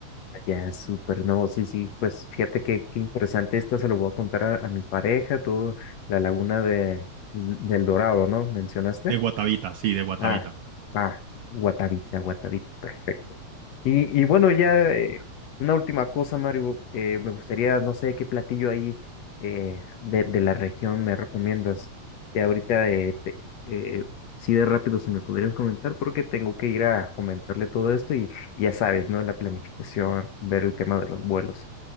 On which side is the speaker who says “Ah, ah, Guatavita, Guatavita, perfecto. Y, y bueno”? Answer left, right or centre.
Left